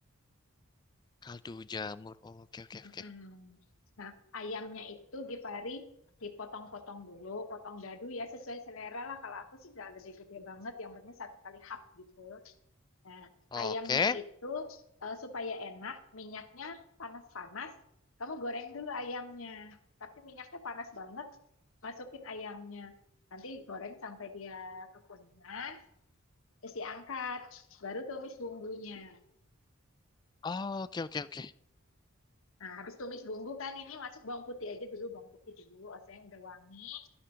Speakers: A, on the left; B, on the left.
A: kaldu jamur. Oh, oke oke
B: Mm-mm.
A: oke.
B: Nah, ayamnya itu Gifari dipotong-potong dulu, potong dadu ya sesuai selera lah. Kalau aku sih nggak gede-gede banget, yang penting satu kali hap gitu. Nah,
A: Oke.
B: ayamnya itu eh, supaya enak, minyaknya panas-panas. Kamu goreng dulu ayamnya, tapi minyaknya panas banget. Masukin ayamnya, nanti goreng sampai dia kekuningan. Terus diangkat, baru tumis bumbunya.
A: Oh, oke oke oke.
B: Nah, habis tumis bumbu kan ini masuk bawang putih aja dulu, bawang putih dulu. Oseng udah wangi,